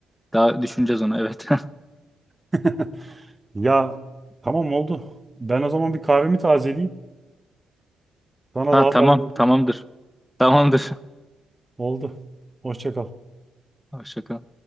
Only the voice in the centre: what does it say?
Daha düşüneceğiz onu evet. <laughs>
Ha
tamam
tamamdır. Tamamdır.
Hoşça kal.